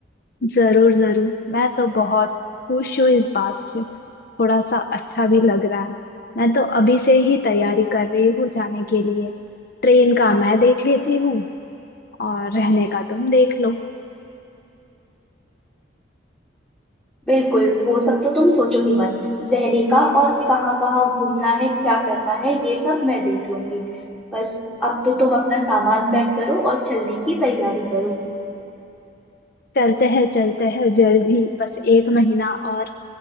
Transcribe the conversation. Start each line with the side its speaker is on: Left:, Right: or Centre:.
Left: जरूर जरूर मैं तो बहुत खुश हूँ इस बात से थोड़ा सा अच्छा भी लग रहा है मैं तो अभी से ही तैयारी कर रही हूँ जाने के लिए ट्रेन का मैं देख लेती हूँ और रहने का तुम देख लो
Centre: बिल्कुल वो सब तो तुम सोचो ही मत रहने का और कहाँ कहाँ घूमना है क्या करना है ये सब मैं देख लूंगी बस अब तो तुम अपना सामान पैक करो और चलने की तैयारी करो
Left: चलते हैं चलते हैं जल्द ही बस एक महीना और